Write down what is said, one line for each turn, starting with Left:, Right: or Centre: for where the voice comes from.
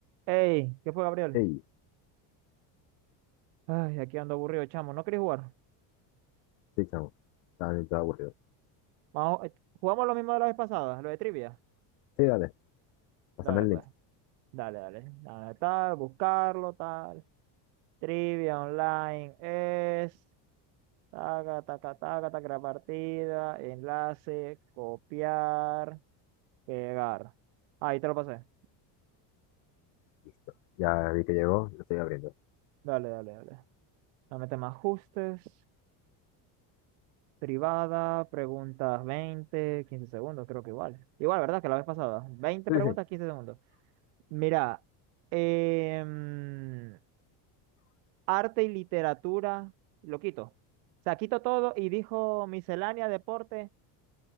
Right: Ey, ¿qué fue, Gabriel?
Left: Hey,
Right: Ay, aquí ando aburrido, chamo. ¿No querés jugar?
Left: sí, chamo. Estaba bien, todo aburrido.
Right: Vamos, eh, jugamos lo mismo de la vez pasada, lo de trivia.
Left: Sí, dale, pásame
Right: Dale,
Left: el
Right: pues.
Left: link.
Right: Dale, dale. Dale, tal, buscarlo, tal. Trivia online es. Taca, taca, taca, taca, la partida, enlace, copiar, pegar. Ahí te lo pasé.
Left: Listo. Ya vi que llegó, lo estoy abriendo.
Right: Dale, dale, dale. Dame temas ajustes, privada, preguntas 20, 15 segundos, creo que igual. Igual, ¿verdad? Que la vez pasada. Veinte
Left: Sí,
Right: preguntas,
Left: sí.
Right: 15 segundos. Mira, em, arte y literatura, lo quito. O sea, quito todo y dijo miscelánea, deporte